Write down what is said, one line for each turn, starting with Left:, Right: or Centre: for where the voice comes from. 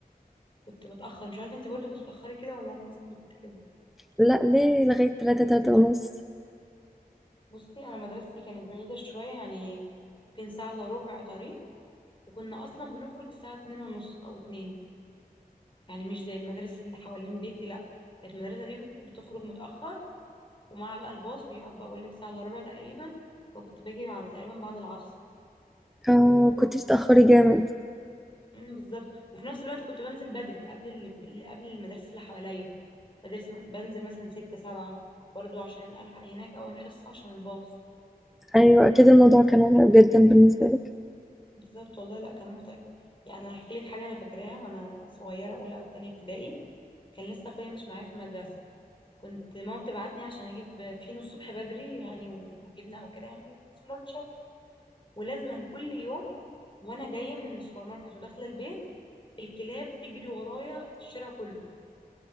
Left: كنت بتأخر مش عارفة انت برضو كنت بتأخري كده ولا انا بس اللي كنت كده
Centre: لا ليه لغاية تلاتة تلاتة ونص
Left: بصي انا مدرستي كانت بعيدة شوية يعني يمكن ساعة الا ربع طريق وكنا اصلا بنخرج الساعة اتنين ونص او اتنين يعني مش زي المدارس اللي حوالين بيتي لا كانت المدرسة دي بتخرج متأخر ومع بقى الباص بيقعد بقى اقول لك ساعة الا ربع تقريبا فكنت باجي على تقريبا بعد العصر
Centre: اه كنتش تأخري جامد
Left: امم بالظبط وفي نفس الوقت كنت بنزل بدري قبل اللي اللي- قبل المدارس اللي حواليا مدارس بنزل مثلا ستة سبعة برضو عشان ألحق هناك أول حصة عشان الباص
Centre: أيوة أكيد الموضوع كان مرعب جدا بالنسبة لك
Left: بالظبط والله لا كان متعب يعني انا هحكي لك حاجه انا فاكراها وانا صغيره اولى او تانية ابتدائي كان لسه اخويا مش معايا في المدرسه كنت ماما بتبعتني عشان اجيب فينو الصبح بدري يعني وجبنه او كده يعني سندوتشات ولازما كل يوم وانا جايه من السوبر ماركت وداخله البيت الكلاب تجري ورايا الشارع كله